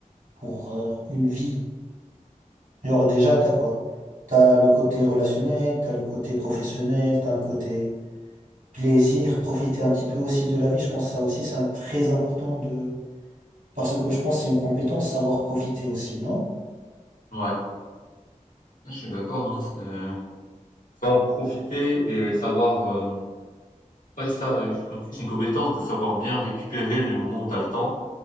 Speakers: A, on the right; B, on the left.
A: pour euh, une vie. Genre déjà, t'as quoi? T'as le côté relationnel, t'as le côté professionnel, t'as un côté plaisir, profiter un petit peu aussi de la vie. Je pense que ça aussi, c'est un- très important de, parce que je pense que c'est une compétence, savoir profiter aussi, non?
B: Ouais, je suis d'accord, hein, c'est- Faut profiter et savoir, euh, ouais, c'est ça, heu, comme tu dis, c'est une compétence de savoir bien récupérer les moments où tu as le temps